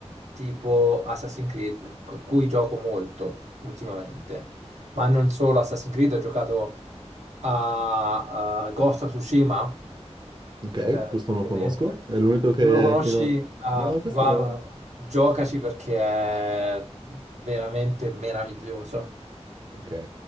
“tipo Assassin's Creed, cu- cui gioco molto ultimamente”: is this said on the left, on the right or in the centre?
Right